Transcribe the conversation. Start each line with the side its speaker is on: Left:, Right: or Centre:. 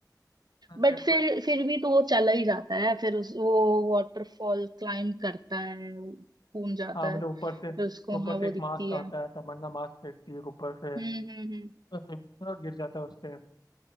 Left: हाँ,
Right: बट
Left: बिल्कुल
Right: फिर फिर भी तो वो चला ही जाता है फिर उस वो वाटरफॉल क्लाइम करता है कूद जाता
Left: हाँ मतलब
Right: है फिर
Left: ऊपर से
Right: उसको वहां
Left: ऊपर
Right: वो
Left: से एक
Right: दिखती
Left: मास्क
Right: है
Left: आता है तमन्ना मास्क फेंकती है ऊपर से
Right: हम्म हम्म हम्म
Left: तो फेंकती है और गिर जाता है उससे